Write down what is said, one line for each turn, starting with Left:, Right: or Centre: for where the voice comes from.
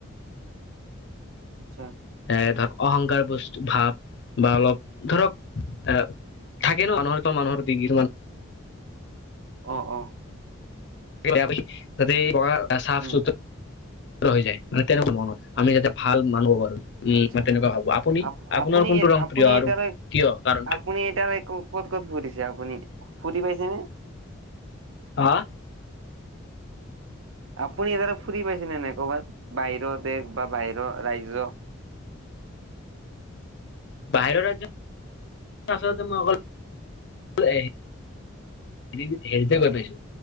Right: আচ্ছা!
Left: এ, ধৰক অহংকাৰ বস্তু-ভাৱ বা অলপ, ধৰক এ, থাকে ন' মানুহৰ <unintelligible> মানুহৰ প্ৰতি কিছুমান।
Right: অ' অ'!
Left: <unintelligible> তাতে, বগা চাফ-চোত্ৰ
Right: উম,
Left: হৈ যায়। মানে, তেনেকুৱা মানুহ। আমি যাতে, ভাল মানুহ পাৰোঁ। উম,
Right: আচ্ছা
Left: মই তেনেকুৱা ভাবোঁ! আপুনি,
Right: আপ
Left: আপোনাৰ
Right: আপুনি
Left: কোনটো ৰং
Right: আপুনি
Left: প্ৰিয় আৰু
Right: এতিয়ালৈ
Left: কিয়, কাৰণটো?
Right: আপুনি এতিয়ালৈ ক'ত, ক'ত ফুৰিছে আপুনি, ফুৰি পাইছেনে?
Left: হা
Right: আপুনি <unintelligible> ফুৰি পাইছেনে নাই ক'ৰবাত, বাহিৰ দেশ বা বাহিৰৰ ৰাজ্য? <inaudible>
Left: বাহিৰৰ ৰাজ্যত, আচলতে মই, অকল, এ, সেৰি, সেৰিতে গৈ পাইছোঁ,